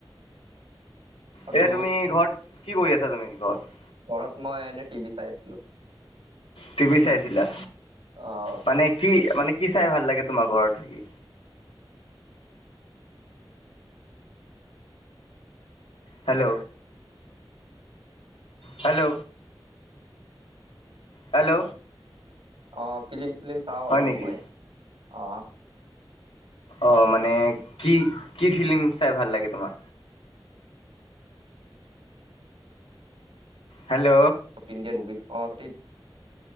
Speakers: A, on the right; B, on the left.
A: আৰু
B: এতিয়া তুমি ঘৰত কি কৰি আছা তুমি ঘৰত?
A: ঘৰত মই এনে টিভি চাই আছিলো।
B: টিপি আ।
A: অ',
B: মানে কি মানে কি চাই ভাল লাগে তোমাৰ ঘৰত থাকি? হেল্ল'। হেল্ল'। হেল্ল'।
A: আহ ফিলিম-চিলিম চাওঁ অলপ
B: হয় নেকি?
A: মই। আহ,
B: অ মানে কি কি ফিল্ম চাই ভাল লাগে তোমাৰ? হেল্ল'।
A: ইণ্ডিয়ান <unintelligible>